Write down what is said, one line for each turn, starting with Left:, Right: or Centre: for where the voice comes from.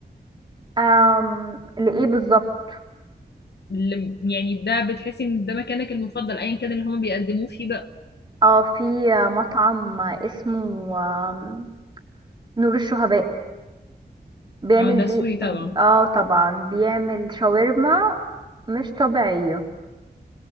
Right: أم لايه بالظبط
Left: اللي- يعني ده بتحسي إن ده مكانك المفضل أيا كان اللي هما بيقدموه فيه بقى
Right: اه في مطعم اسمه آم، نور الشهباء بيعمل
Left: اه ده
Right: بي
Left: سوري طبعا
Right: اه طبعا بيعمل شاورما مش طبيعيه